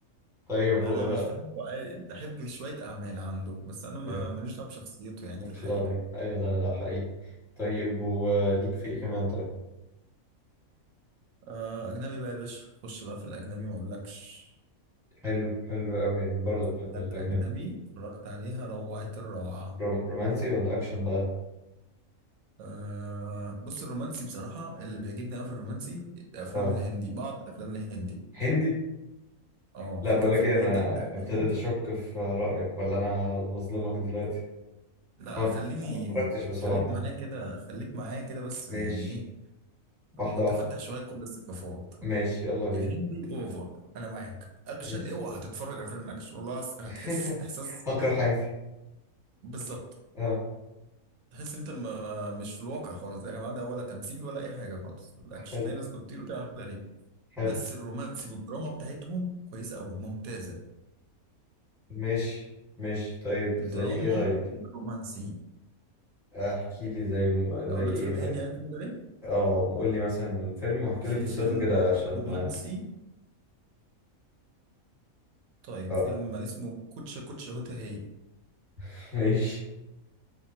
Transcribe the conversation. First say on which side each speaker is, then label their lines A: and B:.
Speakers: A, in the centre; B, on the right.
A: طيب
B: انا
A: و
B: مش بحبه عادي، بحب شويه اعمال عنده بس انا ما
A: طيب
B: ماليش دعوه بشخصيته يعني
A: مالكش
B: في الحقيقه
A: دعوة بيه ايوه لا لا حقيقي طيب وليك في ايه كمان طيب
B: آه اجنبي بقى يا باشا خش بقى في الاجنبي ما اقولكش
A: حلو حلو قوي انا برضه بحب
B: حاجات
A: الاجنبي
B: اجنبي اتفرجت عليها روعه الروعه
A: روم... رومانسي ولا اكشن بقى
B: آه بص الرومانسي بصراحه اللي بيعجبني قوي في الرومانسي الافلام
A: اه
B: الهندي بعض الافلام الهندي
A: هندي
B: اه
A: لا
B: في
A: بقول
B: كام
A: لك
B: فيلم
A: ايه انا
B: هندي كده
A: ابتديت
B: حقيقي
A: اشك في رايك ولا انا بظلمك دلوقتي
B: لا
A: اه أنا
B: خليني
A: ما اتفرجتش بصراحه
B: خليك معايا
A: بقى.
B: كده خليك معايا كده بس
A: ماشي
B: يعني ايه
A: واحده
B: متفتح
A: واحده
B: شويه كل الثقافات
A: ماشي يلا بينا
B: الهندي اوفر انا معاك اكشن
A: ماشي
B: اوعى هتتفرج على فيلم اكشن والله هس- هتحس
A: <laughs>
B: احساس
A: هكره حياتي
B: بالظبط
A: اه
B: تحس انت م- مش في الواقع خالص يا جماعه ده ولا تمثيل ولا اي حاجه خالص في الاكشن
A: حلو
B: تلاقي ناس بتطير وبتعمل حاجات غريبه
A: حلو
B: بس الرومانسي والدراما بتاعتهم كويسه قوي ممتازه
A: ماشي ماشي طيب
B: الدراما
A: زي ايه طيب
B: والرومانسي
A: احكي لي زي زي
B: اقول لك فيلم
A: ايه طيب
B: هندي عارف اسمه ده ليه؟
A: اه قول لي مثلا فيلم واحكي
B: في
A: لي قصته
B: فيلم
A: كده عشان
B: رومانسي طيب
A: اه
B: فيلم اسمه كوتشا كوتشا هوتا هي
A: <laughs> ماشي